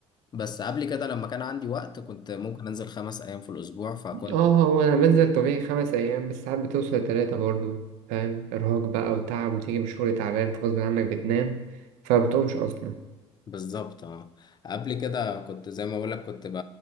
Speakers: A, on the left; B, on the right.
A: بس قبل كده لما كان عندي وقت كنت ممكن انزل خمس ايام في الاسبوع فكنت
B: اه هو انا بنزل طبيعي خمس ايام بس ساعات بتوصل تلاتة برضه فاهم ارهاق بقى وتعب وتيجي من الشغل تعبان فغصب عنك بتنام فبتقومش اصلا
A: بالظبط اه قبل كده كنت زي ما بقولك كنت ب...